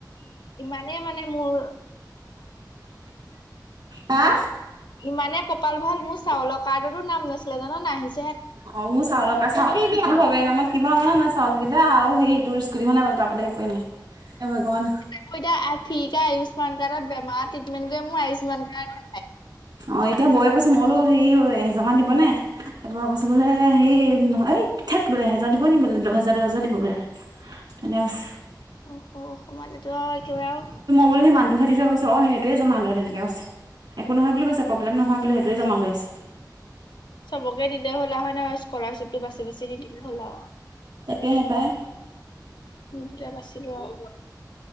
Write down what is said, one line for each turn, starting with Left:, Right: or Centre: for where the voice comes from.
Left: ইমানে মানে মোৰ
Right: হা
Left: ইমানে কপাল ভাল মোৰ চাউল কাৰ্ডটো আৰু নাম নাছিলে জান না আহি
Right: অ মোৰ চাউল কাৰ্ড চাউল চৰকাৰি নামত কিবা জানা নাই চাউল কেইটা আৰু হেইটো স্কুটিখনে পলো তাৰবাদে একোৱেই নাই এই ভগৱান
Left: তোকো এতিয়া আ ফ্ৰি কে আয়ুস্মান কাৰ্ডত বেমাৰ ট্ৰিটমেণ্ট কৰে মোৰ আয়ুস্মান কাৰ্ডো নাই
Right: অ এতিয়া বৌয়ে কৈছো মই বোলো হেৰি ঐ এহেজাৰ মান দিবনে কেতেবা কৈছে বুলে হে নহয় থেইত এহেজাৰ দিব নিকি বোলে দহ হেজাৰ দহ হেজাৰ দিব বোলে তেনেকে কৈছে
Left: অ অ সোমালেতো আও একেবাৰে আও
Right: মোৰ সেই মানুহটোকে দি থৈছে অ সেইটোৱে জমা লয় তেনেকে কৈছে একো নহয় বুলি কৈছে প্ৰব্লেম নহয় বুলি সেইটোৱে জমা লৈ আছে
Left: চবকে দিলে হলা হয় নাই আৰু স্কলাৰশিপতটো বাচি বাচি দি দিলে হলাও
Right: সেইটোৱে সেপায়
Left: মোক যেতিয়া বাচি লয় আও